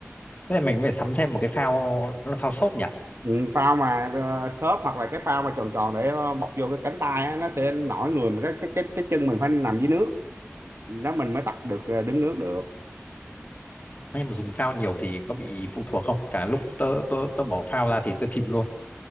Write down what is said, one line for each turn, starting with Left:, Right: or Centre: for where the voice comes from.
Left: thế là mình phải sắm thêm một cái phao nó là phao xốp nhỉ?
Right: ừ, phao mà ờ, xốp hoặc là cái phao mà tròn tròn để ờ, bọc vô cái cánh tay á, nó sẽ nổi người mà cái cái cái cái chân mình phải nằm dưới nước đó mình mới tập được ờ, đứng nước được
Left: Thế nhưng mà dùng phao nhiều thì có bị phụ thuộc không? Chả lúc tớ tớ tớ bỏ phao ra thì tớ chìm luôn.